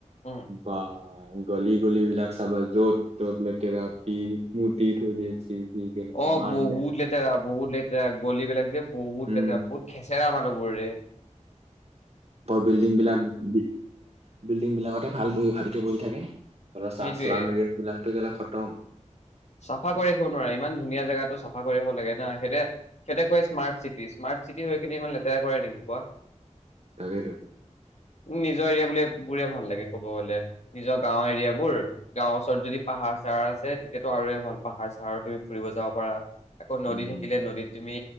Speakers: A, on the left (about 65°); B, on the right (about 55°).
A: উম
B: বাহ গলি গলিবলাক চাবা য'ত ত'ত লেতেৰা চি মুতি থৈ দিয়ে চি যি কেনে
A: অ
B: ইমান
A: বহুত লেতেৰা বহুত লেতেৰা গলিবলাক যে বহুত
B: উম
A: লেতেৰা বহুত খেচেৰা মানুহবোৰ ৰে
B: বিল্ডিং বিলাক বি বিল্ডিং বিলাকতে ভাল বহি ভালকে বহি থাকে
A: সেইটোৱে
B: তলৰ চা শ্লাম এৰিয়া বিলাকতো গেলা খতম
A: চাফা কৰি ৰাখিব নোৱাৰে ইমান ধুনীয়া জেগাতো চাফা কৰি ৰাখিব লাগে না সেতে সেঁতে কয় স্মাৰ্ট চিটি স্মাৰ্ট চিটি হৈ কিনে ইমান লেতেৰা কৰে নেকি কোৱা?
B: তাকেইতো
A: নিজৰ এৰিয়া বুলি বোৰে ভাল লাগে ক'ব গ'লে নিজৰ গাঁওৰ এৰিয়া বোৰ গাঁৱৰ ওচৰত যদি পাহাৰ চাহাৰ আছে তেতিয়াতো আৰু ভাল পাহাৰ চাৰ তুমি ফুৰিব যাব পাৰা আকৌ
B: উম
A: নদী থাকিলে নদীত তুমি